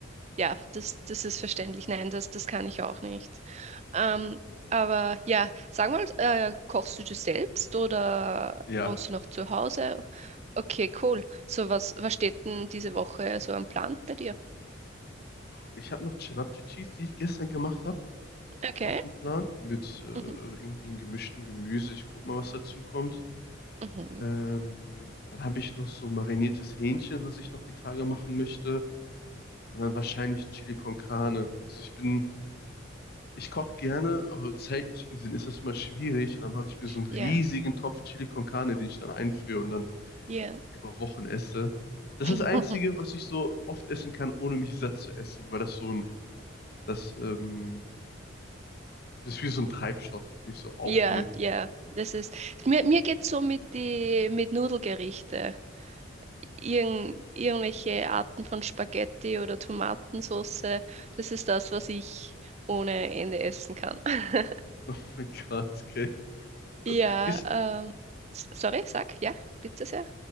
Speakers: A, on the right; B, on the left.
A: Ja, das, das ist verständlich. Nein, das, das kann ich auch nicht. Ähm, aber ja, sag mal, äh, kochst du das selbst oder
B: Ja,
A: wohnst du noch zu Hause? Okay, cool. So, was, was steht denn diese Woche so am Plan bei dir?
B: ich habe noch Cevapcicis, die ich gestern gemacht habe,
A: Okay.
B: auf dem Plan mit äh, irgendwie
A: Mhm.
B: einem gemischten Gemüse. Ich guck mal, was dazu kommt.
A: Mhm.
B: Ähm, dann habe ich noch so mariniertes Hähnchen, was ich noch die Tage machen möchte. Und dann wahrscheinlich Chili con Carne. Also ich bin, ich koche gerne, aber zeitlich gesehen ist das immer schwierig. Und dann mache ich mir so einen riesigen
A: Ja,
B: Topf Chili con Carne, den ich dann einfriere und dann
A: ja.
B: über Wochen esse. Das
A: <laughs>
B: ist das Einzige, was ich so oft essen kann, ohne mich satt zu essen, weil das so ein, das ähm, Das ist wie so ein Treibstoff, den ich so aufnehme.
A: Ja, ja. Das ist, mir, mir geht's so mit die, mit Nudelgerichte. irgend, irgendwelche Arten von Spaghetti oder Tomatensauce. Das ist das, was ich ohne Ende essen kann. <laughs>
B: <laughs> Oh mein Gott, okay. Aber
A: Ja,
B: Ist,
A: ähm, s- sorry, sag, ja, bitte sehr.